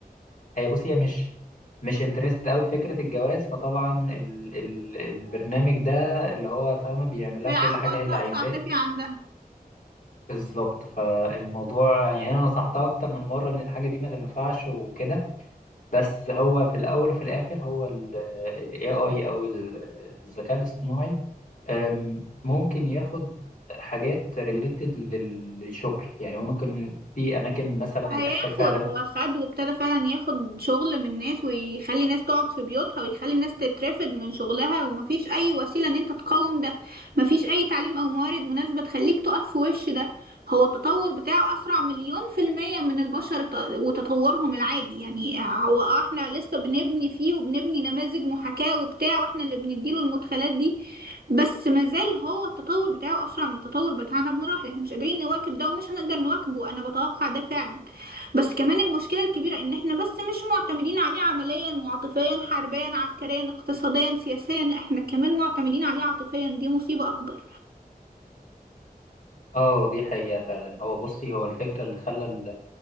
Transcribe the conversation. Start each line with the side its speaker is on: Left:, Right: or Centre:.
Left: هي بص هي مش مش انترستد قوي بفكره الجواز فطبعا ال... ال... البرنامج ده اللي هو فاهمه بيعمل لها
Right: بيعوض
Left: كل حاجه هي
Right: نقص
Left: عايزاه
Right: عاطفي عندها
Left: بالظبط فالموضوع يعني انا نصحتها اكتر من مره ان الحاجه دي ما تنفعش وكده بس هو في الأول وفي الآخر هو ال ال AI أو ال- الذكاء الاصطناعي أم، ممكن ياخد حاجات ريليتد للشغل يعني هو ممكن في أماكن مثلا
Right: وهياخد
Left: بتحتاج فعلا
Right: هو خد وابتدى فعلا ياخد شغل من ناس ويخلي ناس تقعد في بيوتها ويخلي ناس تترفد من شغلها ومفيش اي وسيلة ان انت تقاوم ده مفيش اي تعليم او موارد مناسبة تخليك تقف في وش ده هو التطور بتاعه اسرع مليون في المية من البشر ت- وتطورهم العادي يعني هو آه احنا لسه بنبني فيه وبنبني نماذج محاكاة وبتاع واحنا اللي بنديله المدخلات دي بس مازال هو التطور بتاعه اسرع من التطور بتاعنا بمراحل احنا مش قادرين نواكب ده ومش هنقدر نواكبه انا بتوقع ده فعلا بس كمان المشكلة الكبيرة إن إحنا بس مش معتمدين عليه عمليا وعاطفيا حربيا عسكريا اقتصاديا سياسيا لأ إحنا كمان معتمدين عليه عاطفيا دي مصيبة أكبر
Left: اه دي حقيقة فعلا هو بصي هو الفكرة اللي خلى ال-